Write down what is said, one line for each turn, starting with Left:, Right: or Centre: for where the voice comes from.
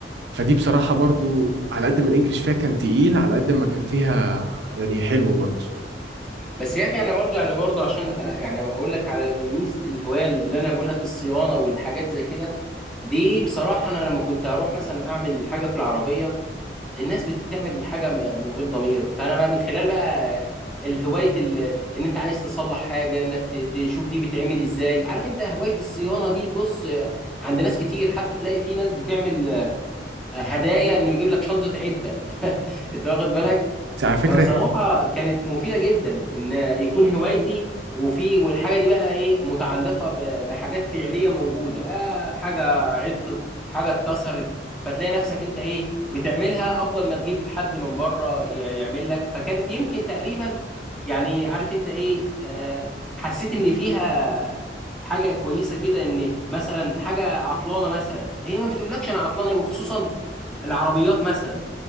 Right: فدي بصراحة برضو على قد ما الإنجليش فيها كان تقيل على قد ما كان فيها يعني حلوة برضو
Centre: بس يا اخي انا برضو يعني برضو عشان أ- يعني اقول لك على ميزه الهوايه اللي انا بقول لك الصيانه والحاجات زي كده دي بصراحه انا لما كنت اروح مثلا اعمل حاجه في العربيه الناس بتعمل الحاجه م- من غير ضمير فانا بقى من خلال بقى الهوايه ال- ان انت عايز تصلح حاجه انك ت- تشوف دي بتعمل ازاي عارف انت هوايه الصيانه دي بص آه، عند ناس كتير حتى تلاقي في ناس بتعمل آه، هدايا انه يجيب لك شنطه عده <laughs> انت انت واخد بالك
Right: اه بس على فكرة
Centre: فبصراحة كانت مفيدة جدا ان يكون هوايتي وفي والحاجة دي بقى ايه متعلقة ب- بحاجات فعلية موجودة آه حاجة عطلت حاجة اتكسرت فتلاقي نفسك انت ايه بتعملها افضل ما تجيب حد من بره ي- يعمل لك فكانت يمكن تقريبا يعني عارف انت ايه آه حسيت ان فيها حاجة كويسة كده ان مثلا حاجة عطلانة مثلا هي ما بتقولكش انا عطلانة وخصوصا العربيات مثلا